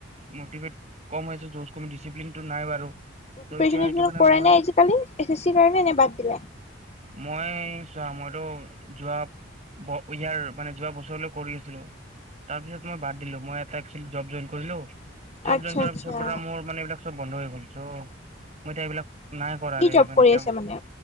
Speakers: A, on the right; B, on the left.
A: মটিভেট কম হৈছে জওছ কম ডিচিপ্লিনটো নাই বাৰু
B: <unintelligible>
A: ত' এতিয়া সেইটো কাৰণে
B: কৰে
A: মই
B: নে আজিকালি এছ এছ চিৰ কাৰণে এনে বাদ দিলে
A: মই চোৱা মইতো যোৱা ইয়াৰ মানে যোৱা বছৰলৈ কৰি আছিলো তাৰ পিছত মই বাদ দিলো মই এটা একেছোৱেলি জব জইন কৰিলো জব
B: আচ্ছা
A: জইন কৰাৰ
B: আচ্ছা
A: পিছৰ পৰা মোৰ মানে এইবিলাক চব বন্ধ হৈ গ'ল চ মই এতিয়া এইবিলাক নাই কৰা
B: কি
A: ৰে
B: জব
A: মানে
B: কৰি
A: এতিয়াই
B: আছে মানে?